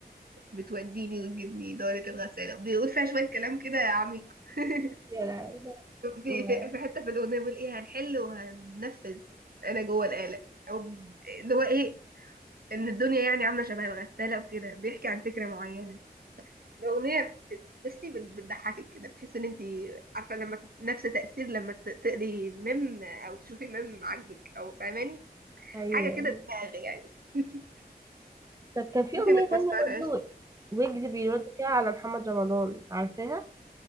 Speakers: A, on the right; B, on the right.
A: بتوديني وتجيبني دورة الغسالة بيقول فيها شوية كلام كده عميق <laughs>
B: ولا
A: في
B: ما-
A: في في حتة في الأغنية بيقول إيه هنحل وهننفذ أنا جوه الآلة أو اللي هو إيه إن الدنيا يعني عاملة شبه الغسالة وكده بيحكي عن فكرة معينة الأغنية بت- بصي بت- بتضحكك كده بتحس إن أنت عارفة لما تت- نفس تأثير لما ت- تقري ميم أو تشوفي ميم عاجبك أو فاهماني
B: ايوه
A: حاجة كده دماغ يعني <laughs>
B: طب كان في
A: ممكن
B: اغنيه
A: لو
B: تانية
A: ما سمعتهاش
B: برضه ويجز بيرد فيها على محمد رمضان عارفاها